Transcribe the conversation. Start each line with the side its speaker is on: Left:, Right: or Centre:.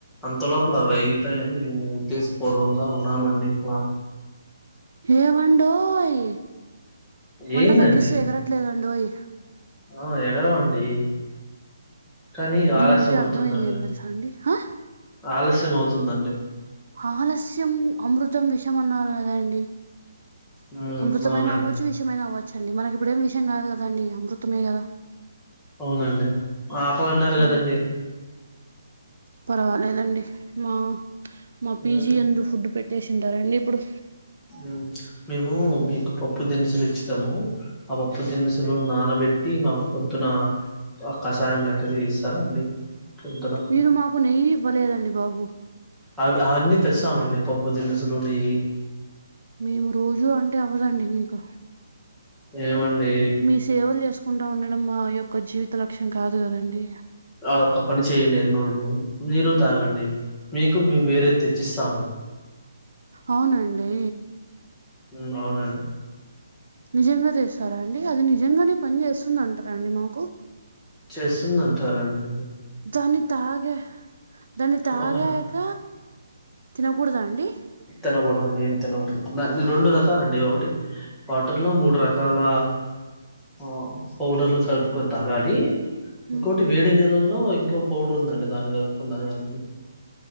Centre: అంతలోపుల అది అయి ఉంటాయి గాని మేము ఉద్దేశపూర్వంగా ఉన్నామండి ఇట్లా
Right: ఏవండోయ్ మంట
Centre: ఏందండి
Right: తగ్గిస్తే ఎగరట్లేదన్డోయ్
Centre: ఆ ఎగరవండి కానీ ఆలస్యం
Right: దీన్ని బట్టి
Centre: అవుతుందండి
Right: అర్థమైంది ఏం తెలుసా అండి ఆ
Centre: ఆలస్యం అవుతుందండి
Right: ఆలస్యం అమృతం విషమన్నారు కదా అండి
Centre: ఉమ్
Right: అమృతమయినా
Centre: అవునండి
Right: అవ్వచ్చు విష ఏమైనా అవ్వచ్చు అండి మనకి ఇప్పుడేం విషం కాదు కద అండి అమృతమే కదా
Centre: అవునండి ఆకలి అన్నారు
Right: హ్మ్.
Centre: కదండి
Right: పర్వాలేదండి మా మా పీజీ
Centre: ఉమ్
Right: యందు ఫుడ్ పె ట్టేసింటారండి ఇప్పుడు
Centre: మ్మ్ మేము మీకు పప్పు దినుసులు ఇచ్చినాము ఆ పప్పు దినుసులు నానబెట్టి మా పొద్దున ఆ కషాయం లెక్క చేయిస్తారండి పొద్దున
Right: మీరు మాకు నెయ్యి ఇవ్వలేదండి బాబు
Centre: అవి అన్నీ తెస్తామండి పప్పు దినుసులు నెయ్యి
Right: మేము రోజు అంటే అవ్వదండి మీకు
Centre: ఏమండి
Right: మీ సేవలు చేసుకుంటూ ఉండడం మా యొక్క జీవిత లక్ష్యం కాదు కదండి
Centre: ఆ ఒక్క పని చేయండి ను ను మీరు తాగండి మీకు మేము వేరేది తెచ్చిస్తాం
Right: అవునండి
Centre: మ్మ్ అవునండి
Right: నిజంగా తెస్తారా అండి అది నిజంగానే పని చేస్తుంది అంటారా అండి మాకు
Centre: చేస్తుంది అంటారండి
Right: దాన్ని తాగ దాన్ని తాగాక
Centre: ఒకనా
Right: తినకూడదా అండి
Centre: తినకూడదు అండి ఏమి తినకూడదు దాన్ని రెండు రకాలండి ఒకటి వాటర్ లో మూడు రకాల ఆ పౌడర్లు కలుపుకొని తాగాలి ఇంకోటి
Right: మ్
Centre: వేడి నీళల్లో ఇంకో పౌడర్ ఉందండి దాన్ని కలుపుకొని తాగాలి